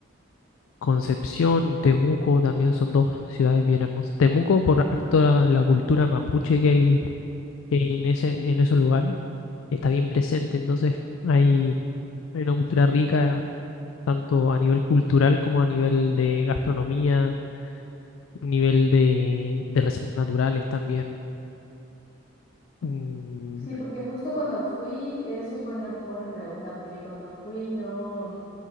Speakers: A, on the left; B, on the left.
A: Concepción, Temuco, también son dos ciudades bien hermosas. Temuco, por harto la, la cultura mapuche que hay en ese, en esos lugares, está bien presente, entonces hay, hay una cultura rica, tanto a nivel cultural como a nivel de gastronomía, nivel de, de reservas naturales también. Mm,
B: Sí, porque justo cuando fui, eso es buena, buena pregunta, porque cuando fui no...